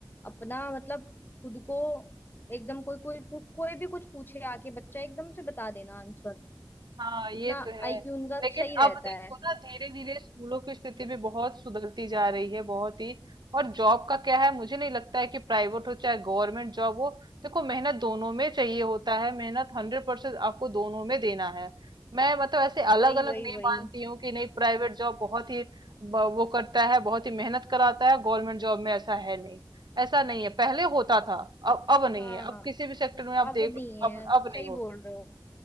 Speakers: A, on the left; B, on the right.
A: अपना मतलब खुद को एकदम कोई कोई कोई भी कुछ पूछे आके बच्चा एकदम से बता देना आंसर
B: हाँ ये
A: इतना
B: तो है
A: आईक्यू उनका
B: लेकिन
A: सही रहता
B: अब देखो
A: है
B: ना धीरे धीरे स्कूलों की स्थिति भी बहुत सुधरती जा रही है बहुत ही और जॉब का क्या है मुझे नहीं लगता है कि प्राइवेट हो चाहे गवर्नमेंट जॉब हो देखो मेहनत दोनों में चाहिए होता है मेहनत हंड्रेड परसेंट आपको दोनों में देना है मैं मतलब ऐसे अलग
A: वही
B: अलग
A: वही
B: नहीं
A: वही
B: मानती हूँ कि नहीं प्राइवेट जॉब बहुत ही ब- वो करता है बहुत ही मेहनत कराता है गवर्नमेंट जॉब में ऐसा है नहीं ऐसा नहीं है पहले होता था अब अब नहीं
A: हाँ
B: है अब किसी भी सेक्टर में आप
A: अब
B: देख
A: नहीं
B: लो अब
A: है
B: अब
A: सही
B: नहीं होता
A: बोल रहे हो